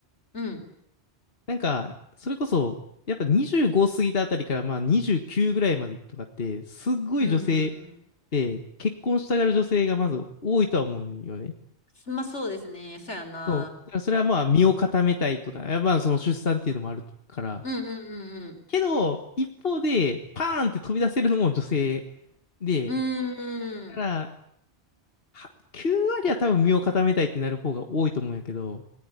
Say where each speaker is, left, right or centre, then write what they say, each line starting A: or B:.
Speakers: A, on the left; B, on the left.
A: うん。
B: なんか、それこそ、やっぱ25過ぎたあたりから、まあ29ぐらいまでとかって、すっごい女性
A: うんうん
B: で、結婚したがる女性がまず多いとは思うよね。
A: まあそうですね。そうやな。
B: そう。だからそれはまあ身を固めたいとか、まあその出産っていうのもあるから。
A: うんうんうん
B: けど、一方で、パーンって飛び出せるのも女性で、
A: うん。
B: だから、
A: うーん
B: は9割は多分身を固めたいってなる方が多いと思うんやけど、